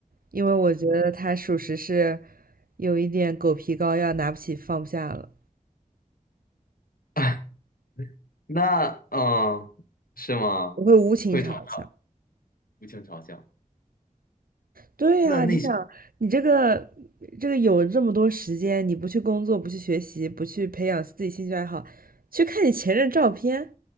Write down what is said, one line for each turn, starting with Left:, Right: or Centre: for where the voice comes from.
Right: 因为我觉得他属实是有一点狗皮膏药，拿不起放不下了，
Left: <laughs> 那嗯，是吗？
Right: 我会无情嘲笑。
Left: 会嘲笑，无情嘲笑。
Right: 对呀，
Left: 那那些
Right: 你想，你这个这个有这么多时间，你不去工作，不去学习，不去培养自己兴趣爱好，去看你前任照片，